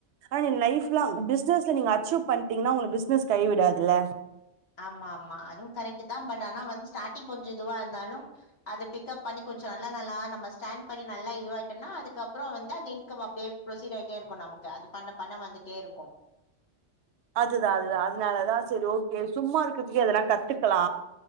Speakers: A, on the right (about 70°); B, on the left (about 60°).
A: அனா லைஃப் லாங் பிஸ்னஸ்ல நீங்க அச்சீவ் பண்ணீட்டிங்னா உங்கள பிஸ்னஸ் கை விடாதுல்ல
B: ஆமா ஆமா அதுவு கரெக்ட் தா பட் ஆனா வந்து ஸ்டாடிங்ல கொஞ்சோ இதுவா இருந்தாலு அது பிக்கப் பண்ணி கொஞ்சோ நல்ல நல்ல நம்ம ஸ்டாண்ட் பண்ணி நல்லா இதுவாயிட்டன்னா அதுக்கப்பறோ வந்து அந்த இன்கம் அப்டியே ப்ரோசீட் ஆயிட்டே இருக்கு நம் நமக்கு அது பண்ண பண்ண வந்துட்டே இருக்கு
A: அதுதா அதுதா அதனாலதா சேரி ஓகே சும்மா இருக்கறதுக்கு எதன்னா கத்துக்கலா